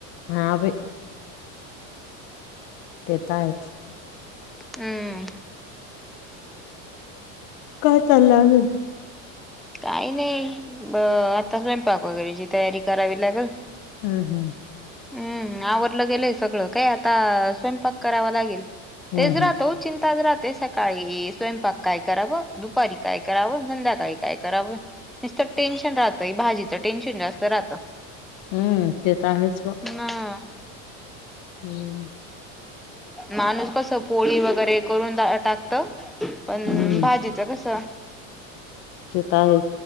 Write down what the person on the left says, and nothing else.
हा बाई तेेत आहेच.
काय चालला आज.
हम्म हम्म.
हम्म
हम्म.
हम्म ते तर आहेच बघ.
हम्म.
हम्म
आहे